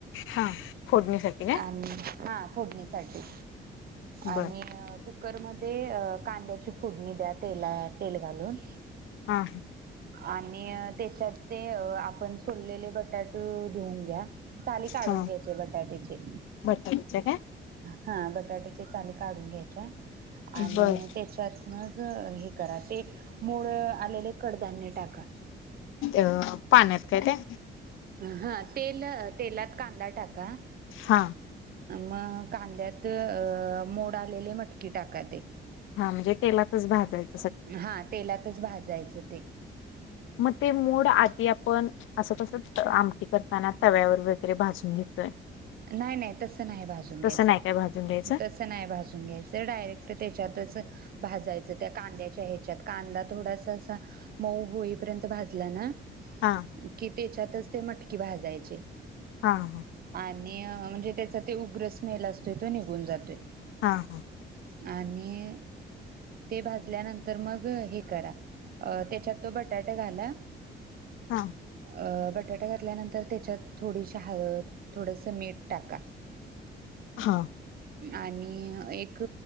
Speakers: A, on the left; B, on the right.
A: हां, फोडणीसाठी काय?
B: आणि हा फोडणीसाठी
A: बरं.
B: आणि अं कुक कुकरमध्ये कांद्याची फोडणी द्या तेला तेल घालून.
A: हा
B: आणि त्याच्यात ते आपण सोडलेले बटाटू धुऊन घ्या. साली काढून
A: हां.
B: घ्यायचे बटाट्याचे
A: बटाट्याच्या काय?
B: हा ब बटाट्याची साली काढून घ्यायचे. आणि
A: बरं.
B: त्याच्यातन हे करा ते मूळ आलेले कडधान्य टाका.
A: अ, पाण्यात काय ते
B: हा तेल तेलात कांदा टाका.
A: हा.
B: मग कांद्यात मोड आलेले मटकी टाका ते
A: हा म्हणजे तेलातच भाजाय हा
B: हा तेलातच भाजायचं ते
A: म ते मोड आदि आप पण असं तसं आमटी करताना तव्यावर वगैरे भाजून घेतोय.
B: नाही नाही तस नाही भाजून घ्यायचं,
A: तसं नाही काय भाजून घ्यायचं?
B: तस नाही भाजून घ्यायचं, डायरेक्ट त्याच्यातच भाजयचं त्या कांद्याच्या ह्याच्यात कांदा थोडासा असा मऊ होईपर्यंत भाजला ना
A: हां,
B: कि त्याजी त्यातच ते मटकी भाजायची
A: हा हा
B: आणि म्हणजे त्याचं ते उग्र स्मेल असतो. असतोय तो निघून जातोय
A: हां, हां.
B: आणि ते भाजल्यानंतर मग हे करा. अ त्याच्यात तो बटाट घाला.
A: हां,
B: अ बटाट घातल्यानंतर त्याच्यात थोडीशी हळद थोडंसं मीठ टाका.
A: हा
B: आणि एक